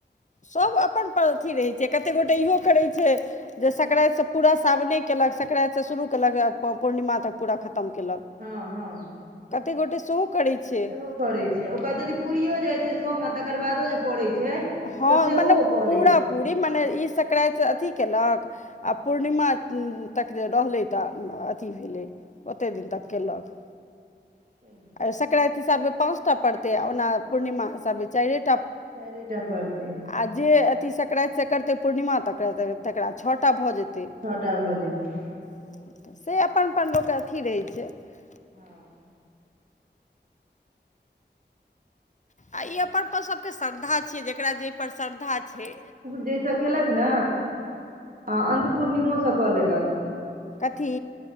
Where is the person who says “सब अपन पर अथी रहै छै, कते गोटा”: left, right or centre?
Left